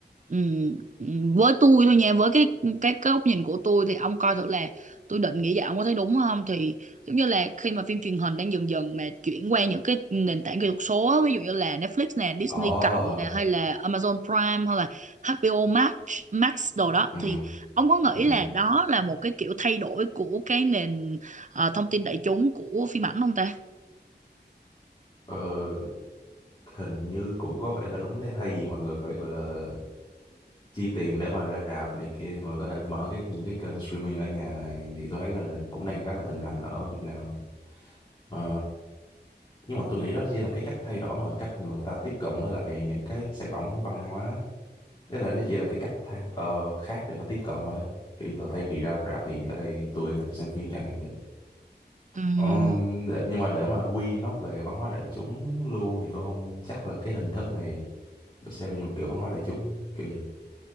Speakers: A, on the right; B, on the left.
A: ừm, ừm, với tôi thôi nha với cái cái cái góc nhìn của tôi thì ông coi thử là tôi định nghĩ vậy ông có thấy đúng không thì giống như là khi mà phim truyền hình đang dần dần mà chuyển qua những cái nền tảng kỹ thuật số á, ví dụ như là Netflix nè Disney
B: Ồ,
A: cộng nè hay là Amazon Prime hay là HBO Max Max đồ đó
B: ừ,
A: thì ông có nghĩ
B: ừ,
A: là
B: ừ.
A: đó là một cái kiểu thay đổi của cái nền ờ, thông tin đại chúng của phim ảnh không ta?
B: Ờ, hình như cũng có vẻ là đúng thế hay gì mọi người phải gọi là chi tiền để mà ra rạp này kia thì mà có thể mở cái những cái kênh streaming ở nhà này, thì tôi thấy là cũng đang khá là thịnh hành ở Việt Nam Ờ, nhưng mà tôi nghĩ đó chỉ là cái cách thay đổi mà cách mà người ta tiếp cận với lại những cái sản phẩm văn hóa tức là nó chỉ là cái cách thay, ờ, khác để mà tiếp cận thôi kiểu như là thay vì ra rạp thì ở đây tôi ở nhà tôi xem phim chẳng hạn vậy
A: Ừm.
B: Ờ, để- nhưng mà để mà quy nó về văn hóa đại chúng luôn thì tôi không chắc là cái hình thức này được xem là như một kiểu văn hóa đại chúng kiểu vậy